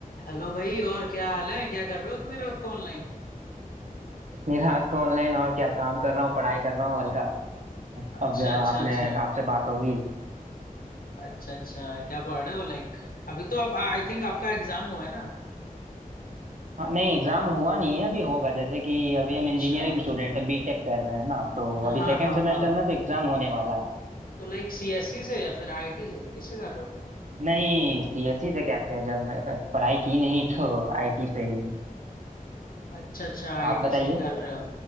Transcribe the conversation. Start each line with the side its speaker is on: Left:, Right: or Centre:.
Left: Hello भाई और क्या हाल है क्या कर रहे हो इतनी रात को ऑनलाइन
Right: मेरा आपका ऑनलाइन और क्या काम कर रहा हूँ पढ़ाई कर रहा हूँ हल्का
Left: अच्छा
Right: अब आ,
Left: अच्छा
Right: आपने
Left: अच्छा
Right: आपसे बात होगी
Left: अच्छा अच्छा क्या पढ़ रहे हो लाइक अभी तो आप आई थिंक आपका एग्जाम हुआ है ना
Right: हाँ, नहीं एग्जाम हुआ नहीं है अभी होगा जैसे कि अभी
Left: अच्छा
Right: हम इंजीनियरिंग
Left: अच्छा।
Right: स्टूडेंट है बीटेक कर रहे हैं ना तो
Left: हाँ
Right: अभी सेकंड
Left: हाँ
Right: सेमेस्टर
Left: हाँ
Right: में तो एग्जाम होने वाला है।
Left: तो लाइक सीएससी से या फिर आईटी से किसे कर रहे हो
Right: नहीं सीएससी से कहते हैं जब मैं प- पढ़ाई की नहीं तो आईटी से ही
Left: अच्छा अच्छा आईटी
Right: आप बताइए
Left: से ही कर रहे हो